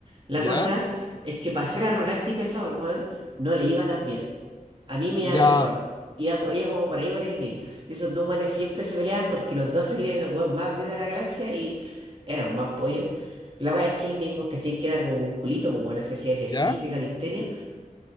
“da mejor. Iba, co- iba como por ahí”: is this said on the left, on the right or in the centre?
Right